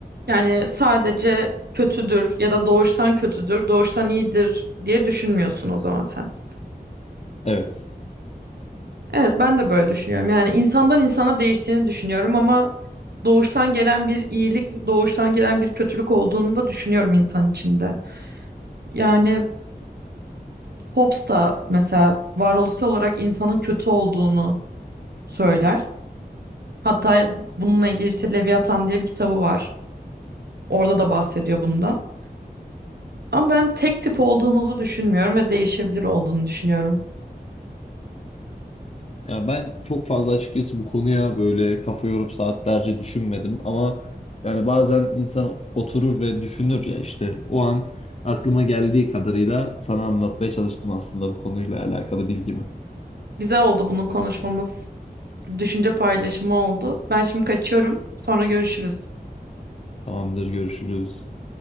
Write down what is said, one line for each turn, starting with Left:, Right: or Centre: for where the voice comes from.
Right: Yani sadece kötüdür ya da doğuştan kötüdür, doğuştan iyidir diye düşünmüyorsun o zaman sen.
Left: Evet.
Right: Evet ben de böyle düşünüyorum. Yani insandan insana değiştiğini düşünüyorum ama doğuştan gelen bir iyilik, doğuştan gelen bir kötülük olduğunu da düşünüyorum insan içinde. Yani Hobbes da mesela varoluşsal olarak insanın kötü olduğunu söyler. Hatta bununla ilgili işte Leviathan diye bir kitabı var. Orada da bahsediyor bundan. Ama ben tek tip olduğumuzu düşünmüyorum ve değişebilir olduğunu düşünüyorum.
Left: Ya ben çok fazla açıkçası bu konuya böyle kafa yorup saatlerce düşünmedim ama yani bazen insan oturur ve düşünür ya işte o an aklıma geldiği kadarıyla sana anlatmaya çalıştım aslında bu konuyla alakalı bilgimi.
Right: Güzel oldu bunu konuşmamız. Düşünce paylaşımı oldu. Ben şimdi kaçıyorum. Sonra görüşürüz.
Left: Tamamdır, görüşürüz.